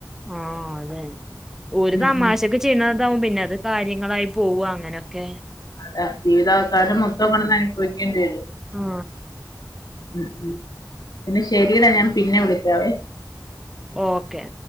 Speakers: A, in the centre; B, on the left.
A: ആഹ് അതെ ഓര്
B: ഉം
A: തമാശക്ക്
B: ഉം
A: ചെയ്യുന്നതാവും പിന്നെത് കാര്യങ്ങളായി പോവാ അങ്ങനൊക്കെ
B: അതാ ജീവിതാവസാനം മൊത്തം കിടന്ന് അനുഭവിക്കേണ്ടി വരും
A: ആ
B: ഉം പിന്നെ ശരിടാ ഞാൻ പിന്നെ വിളിക്കാവേ
A: ഓക്കെ